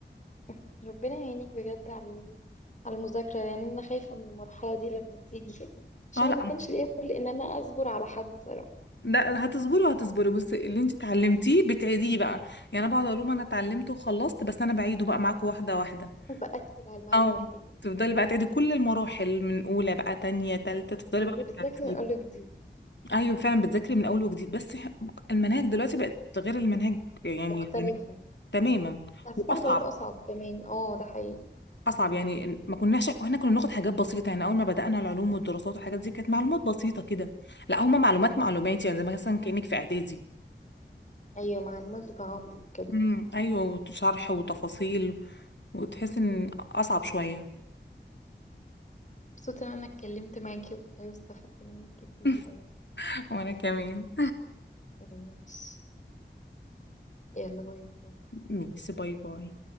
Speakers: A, on the left; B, on the left.
A: <laughs> ربنا يعينك بجد على على المذاكرة يعني أنا خايفة من المرحلة دي لما تيجي <laughs> عشان
B: اه لا
A: أنا ما كانش ليا كل إن أنا أصبر على حد صراحة
B: لا هتصبروا هتصبروا بس اللي انت اتعلمتيه بتعيديه بقى يعني انا بقعد اقول لهم انا اتعلمت وخلصت بس انا بعيده بقى معاكم واحدة واحدة
A: بأكد على المعلومات
B: اه
A: دي
B: تفضلي بقى تعيدي كل المراحل من اولى بقى تانية تالتة تفضلي بقى بالترتيب
A: وبالذات من أقولك دي
B: ايوه فعلا بتذاكري من اول وجديد بس ح- المناهج دلوقتي بقت غير المناهج يعني
A: مختلفة
B: زمان تماما
A: حاساها
B: واصعب
A: بقت أصعب كمان اه ده حقيقي
B: اصعب يعني ما كناش واحنا كنا بناخد حاجات بسيطه يعني اول ما بدانا العلوم والدراسات والحاجات دي كانت معلومات بسيطه كده لا هما معلومات معلومات يعني زي مثلا كانك في اعدادي
A: ايوه معلومات بتعمق كده
B: امم ايوه شرح وتفاصيل وتحس ان اصعب شويه
A: مبسوطة ان انا اتكلمت معاكي والله واستفدت منك كتير
B: <laughs>
A: حبيبتي
B: وانا كمان
A: ماشي يلا باي باي
B: <laughs> ميسي باي باي